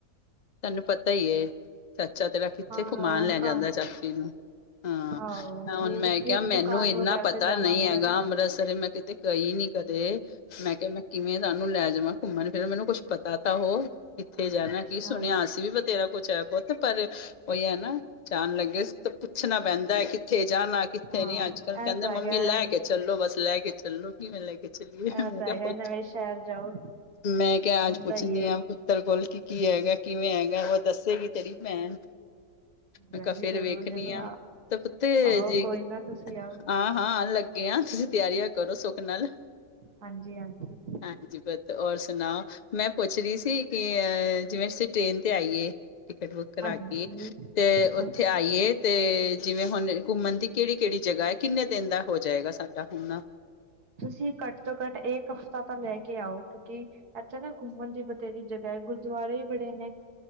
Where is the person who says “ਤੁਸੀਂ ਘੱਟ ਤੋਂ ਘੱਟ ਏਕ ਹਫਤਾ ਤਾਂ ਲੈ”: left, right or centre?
Right